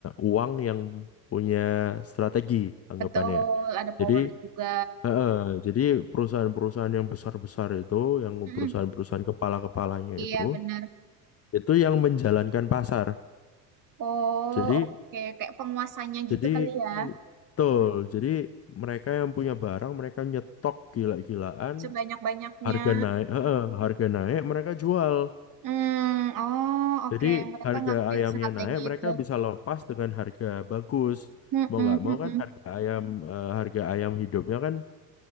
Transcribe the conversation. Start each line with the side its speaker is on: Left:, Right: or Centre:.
Left: uang yang punya strategi anggapannya
Right: betul. Ada power
Left: jadi
Right: juga.
Left: eh, eh, jadi perusahaan-perusahaan yang besar-besar itu yang
Right: Mm-mm,
Left: perusahaan-perusahaan kepala-kepalanya
Right: Iya,
Left: itu
Right: benar.
Left: itu yang menjalankan pasar
Right: Oh,
Left: jadi
Right: oke. Kayak penguasanya
Left: jadi
Right: gitu kali ya.
Left: betul jadi mereka yang punya barang mereka nyetok gila-gilaan
Right: sebanyak-banyaknya.
Left: harga naik eh, eh, harga naik mereka jual
Right: Hmm, oh oke,
Left: Jadi
Right: Mereka
Left: harga
Right: ngambil
Left: ayamnya
Right: strategi
Left: naik, mereka
Right: itu.
Left: bisa lepas dengan harga bagus.
Right: Mm-mm,
Left: Mau nggak
Right: mm-mm.
Left: mau kan harga ayam eh, harga ayam hidupnya kan